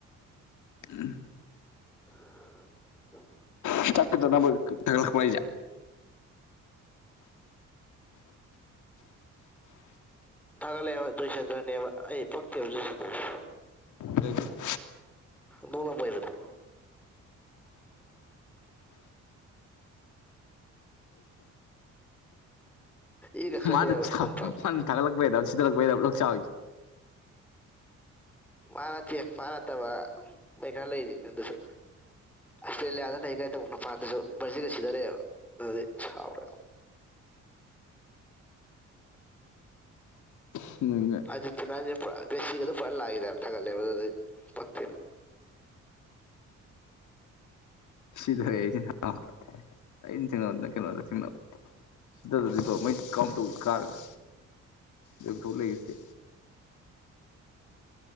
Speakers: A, on the left; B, in the centre.
A: ꯎꯝ
B: <unintelligible>
A: ꯊꯤꯗꯥꯛ ꯄꯤꯗꯅꯕ ꯈ ꯊꯒꯂꯛꯄ ꯍꯥꯏꯖꯦ
B: ꯊꯒꯂꯑꯦꯕ ꯖꯣꯏꯆꯟꯗꯔꯅꯦꯕ ꯑꯩ ꯄꯛꯇꯦꯕ ꯖꯣꯏꯆꯟꯗ꯭ꯔꯁ
A: ꯂꯩ <unintelligible>
B: ꯗꯣꯡꯂꯝꯕꯣꯏꯕꯗꯣ ꯏꯒ ꯈꯠꯂꯛꯑꯦꯕ
A: ꯃꯥꯅ ꯆ
B: ꯅꯣꯡꯄꯥꯛ
A: ꯊꯥꯠꯂꯛꯄꯩꯗ ꯁꯤꯗꯠꯂꯛꯄꯩꯕ ꯅꯡ ꯆꯥꯎꯔꯤ
B: ꯃꯥꯅꯠꯇꯦ ꯃꯥꯅꯠꯇꯕ ꯃꯣꯏ ꯈꯔ ꯂꯩꯔꯤ ꯑꯗꯨꯁꯨ ꯑꯁꯇ꯭ꯔꯦꯂꯤꯌꯥꯗꯅ ꯑꯩ ꯀꯥꯏ ꯇꯧꯕꯅꯄꯥꯥꯠꯇꯁꯨ ꯕꯔꯖꯤꯒ ꯁꯤꯗꯔꯛꯦꯕ ꯑꯗꯨꯗꯤ ꯁꯥꯎꯔꯦꯕ
A: ꯁꯤꯅꯅꯦ
B: ꯑꯔꯖꯦꯟꯇꯤꯅꯖꯦ ꯄꯨꯔꯥ ꯕꯦꯁꯤꯒ ꯑꯗꯨ ꯄꯨꯔꯥ ꯂꯥꯛꯑꯦꯗꯅ ꯊꯥꯒꯠꯂꯦꯕ ꯑꯗꯨꯗꯤ ꯄꯛꯇꯦꯕ
A: ꯁꯤꯗꯔꯦ ꯑꯩꯁꯤ ꯑꯩꯅ ꯊꯦꯡꯅꯕꯗꯅ ꯀꯩꯅꯣꯗ ꯊꯤꯡꯅꯕ ꯁꯤꯗꯗꯤꯀꯣ ꯃꯣꯏ ꯀꯥꯎꯟ ꯇꯧ ꯀꯥꯔꯒ ꯌꯊꯣꯛ ꯂꯩꯈꯤꯇꯦ